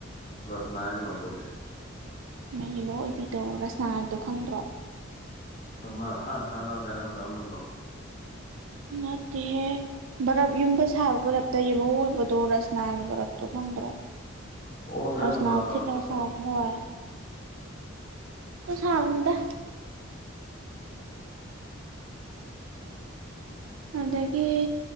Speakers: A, on the left (about 35°); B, on the right (about 75°).
A: ꯔꯁꯅꯥ ꯍꯥꯏꯗꯤ ꯀꯃꯥꯏ ꯇꯧꯒꯦ
B: ꯌꯦꯂꯣ ꯑꯣꯏꯕꯤꯗꯣ ꯔꯁꯅꯥꯒꯤꯗꯣ ꯈꯪꯗ꯭ꯔꯣ
A: ꯃ ꯑꯁꯥꯡ ꯑꯁꯥꯡ ꯉ ꯀ ꯄꯥꯏꯔꯝꯃꯗꯨꯔꯣ
B: ꯅꯠꯇꯦꯍꯦ ꯕꯔꯞ ꯌꯨꯝꯗ ꯁꯥꯕ ꯕꯔꯞꯇ ꯌꯦꯂꯣꯏꯕꯗꯣ ꯔꯁꯅꯥꯒꯤ ꯕꯔꯞꯇꯣ ꯐꯪꯗ꯭ꯔꯣ
A: ꯑꯣ ꯆꯦꯔꯪ
B: ꯔꯖꯅꯥ
A: ꯃꯆꯥ ꯃꯆꯥ
B: ꯊꯤꯠ ꯂꯧꯁꯥ
A: ꯆꯥꯕꯗꯣ
B: ꯊꯏ ꯇꯨꯁꯕꯗ ꯑꯗꯒꯤ